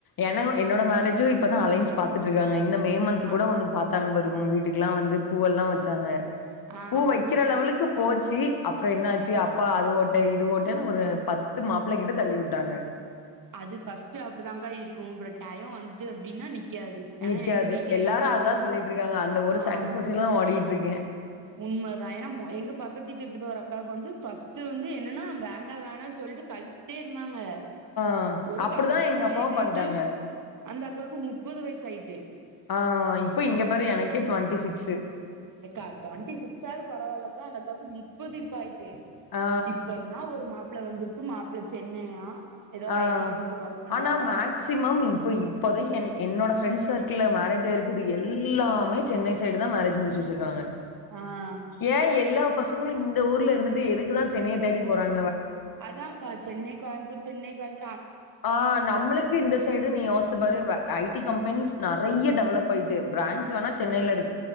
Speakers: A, on the left; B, on the right.
A: ஏன்ன என்னோட மேரேஜு இப்பதா அலைன்ஸ் பாத்துட்டு இருக்காங்க இந்த மே மன்த்
B: ஆ
A: கூட ஒண்ணு பாத்தாங்க பாத்துகோங்க வீட்டுக்குலா வந்து பூவெல்லா வச்சாங்க
B: ஆ
A: பூ வைக்கிற லெவலுக்கு போச்சு அப்புற என்ன ஆச்சு அப்பா அது ஒட் ட இது ஓட்டன்னு ஒரு பத்து மாப்ள கிட்ட தள்ளிவுட்டாங்க
B: அது ஃபஸ்ட்டு அப்டிதாக்கா இருக்கு அப்புற டயோ வந்துட்டு அப்டின்னா நிக் க்காது ஏனா
A: நிக்காது
B: எங்க வீட்ல
A: எல்லாரு
B: எங்க அத்த
A: அதா
B: சொல்வாங்க
A: சொல்லிட்ருக்காங்க அந்த ஒரு
B: ஆமா
A: சாட்டிஸ்ஃபேக்ஷன்ல தா ஓடிட்ருக்கே
B: உண்மதா ஏனா எங்க பக்கத்தீட்ல இப்டிதா ஒரு அக் அக்காவுக்கு வந்து ஃபஸ்ட் வந்து என்னன்னா வேண்டா வேணானு சொல்ட்டு கழிச்சுட்டே இருந்தாங்க
A: அ
B: ஒரு
A: அப்புடிதா
B: கட்டத்துக்கு
A: எங்கப்பாவு
B: மேல என்ன
A: பண்டாங்க
B: ஆயிட்டு அந்த அக்காவுக்கு முப்பது வயசு ஆயிட்டு
A: ஆ இப்ப இங்கப் பாரு எனக்கே டுவெண்டி சிக்ஸு
B: எக்கா டொண்ட்டி சிக்ஸாது பரவாலக்கா அந்தக்காக்கு முப்பது இப்ப ஆய்
A: ஆ
B: இப்பன்னா ஒரு மாப்ள வந்துருக்கு மாப்ள சென்னையா ஏதோ
A: ஆ
B: ஐ டி கம்பெனில ஒர்க் பண்றாங்க
A: ஆனா மேக்சிமம் இப்ப இப்போதைக்கி என் என்னோட ஃப்ரெண்ட் சர்க்கில்ல மேரேஜ் ஆய்ருக்கது எல்லாமே சென்னை சைடுதா மேரேஜ் முடிச்சி வெச்சுருக்காங்க
B: ஆ
A: ஏ எல்லா பசங்களு இந்த ஊர்ல இருந்துட்டு எதுக்குதா சென்னைய தேடி போறாங்
B: அதான்க்கா சென்னை கோயம்முத்தூர் சென்னை கோயம்
A: ஆ நம்ளுக்கு இந்த சைடு நீ யோஸ்த்து பாரு ஐ டி கம்பெனிஸ் நறைய டெவலப்பாயிட்டு பிரான்ச் வேணா சென்னைல இரு